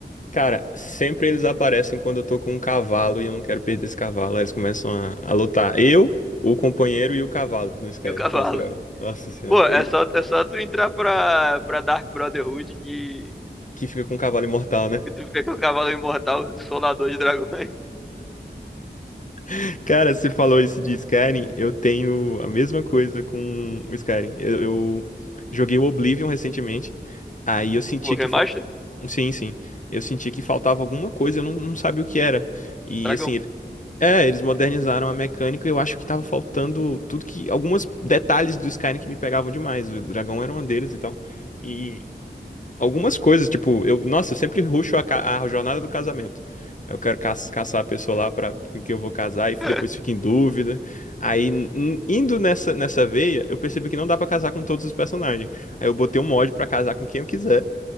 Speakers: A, on the left; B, in the centre.
A: Cara, sempre eles aparecem quando eu tô com um cavalo e eu não quero perder esse cavalo. Aí eles começam a, a lutar. Eu, o companheiro e o cavalo no Skyrim
B: e o cavalo.
A: contra o dragão. Nossa senhora,
B: Pô, é
A: eu-
B: só, é só tu entrar pra, pra Dark Brotherhood que,
A: que fica com um cavalo imortal, né?
B: que tu vê que o cavalo é imortal, o solador de dragões. <laughs>
A: <laughs> Cara, você falou isso de Skyrim, eu tenho a mesma coisa com o Skyrim. Eu, eu joguei o Oblivion recentemente, aí eu senti
B: O remaster?
A: que fal... Sim, sim. Eu senti que faltava alguma coisa, eu não, não sabia o que era. E
B: Dragão.
A: assim, É, eles modernizaram a mecânica e eu acho que tava faltando tudo que. Alguns detalhes do Skyrim que me pegavam demais. O dragão era uma deles e tal. E algumas coisas, tipo, eu, nossa, eu sempre rusho a, ca- a jornada do casamento. Eu quero ca- caçar a pessoa lá pra, com quem eu vou casar e
B: <laughs>
A: depois fico em dúvida. Aí, n- indo nessa, nessa veia, eu percebi que não dá pra casar com todos os personagens. Aí eu botei um mod pra casar com quem eu quiser.